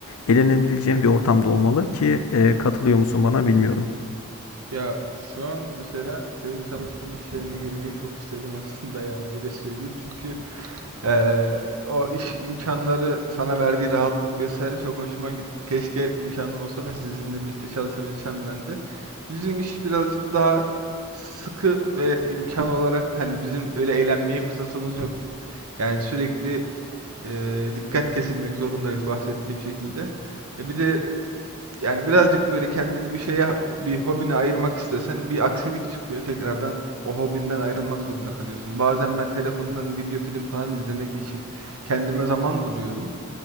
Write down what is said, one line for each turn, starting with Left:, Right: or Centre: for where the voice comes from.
Left: Eğlenebileceğin bir ortamda olmalı ki e, katılıyor musun bana bilmiyorum.
Right: Ya şu an mesela senin çalıştığın iş yerine girmeyi çok istedim <laughs> aslında yani öyle söyleyeyim. Çünkü eee, o iş imkanları sana verdiği rahatlık vesaire çok hoşuma gitti. Keşke imkanım olsa da sizinle birlikte çalışabilsem ben de. Bizim iş birazcık daha sıkı ve imkan olarak hani bizim öyle eğlenmeye fırsatımız yok. Yani sürekli eee, dikkat kesilmek zorundayız bahsettiğim şekilde. E bir de yani birazcık böyle kendini bir şeye, bir hobine ayırmak istesen bir aksilik çıkıyor. Tekrardan o hobinden ayrılmak zorunda kalıyorsun. Bazen ben telefondan video film falan izlemek için kendime zaman buluyorum.